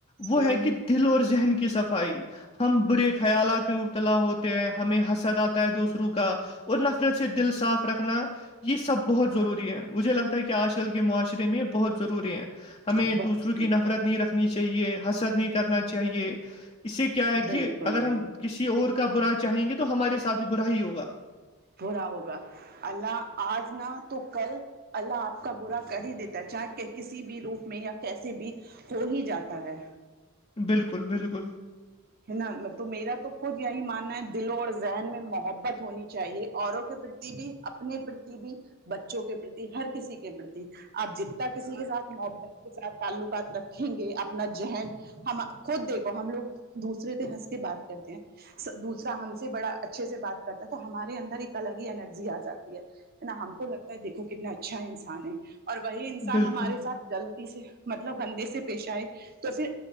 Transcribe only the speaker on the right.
ہوں
ہوں
بہت
بالکل
بالکل
بالکل
برا ہوگا اللہ آج نہ تو کل اللہ آپ کا برا کر ہی دیتا ہے چاہے کہ کسی بھی روپ میں یا کیسے بھی ہو ہی جاتا ہے
ہے نا تو میرا تو خود یہی ماننا ہے دلوں اور ذہن میں محبت ہونی چاہیے اوروں کے پرتی بھی اپنے پرتی بھی بچوں کے پرتی ہر کسی کے پرتی آپ جتنا کسی کے ساتھ محت کے ساتھ تعلقات رکھیں گے اپنا ذہن ہم خود دیکھو ہم لوگ دوسرے سے ہنس کے بات کرتے ہیں دوسرا ہم سے بڑا اچھے سے بات کرتا ہے تو ہمارے اندر ایک الگ ہی انرجی آ جاتی ہے نا ہم کو لگتا ہے دیکھو کتنا اچھا انسان ہے اور وہی انسان
ہمارے ساتھ جلی سے مطلب گندے سے پیش آئے تو پھر